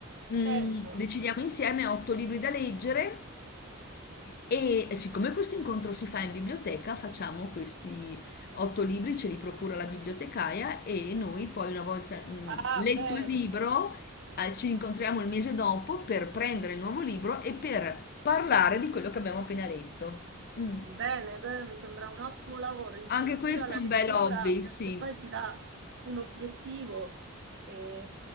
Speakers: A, on the left (about 45°); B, on the right (about 55°).
A: Mm,
B: Certo.
A: decidiamo insieme otto libri da leggere e siccome questo incontro si fa in biblioteca, facciamo questi otto libri, ce li procura la bibliotecaia e noi poi una volta mh,
B: Ah,
A: letto
B: bene.
A: il libro, eh, ci incontriamo il mese dopo per prendere il nuovo libro e per parlare di quello che abbiamo appena letto. Mm.
B: Bene, bene, mi sembra un ottimo lavoro, incentiva
A: Anche questo
B: la
A: è un
B: lettura
A: bel hobby,
B: perché
A: sì.
B: poi ti dà un obiettivo e,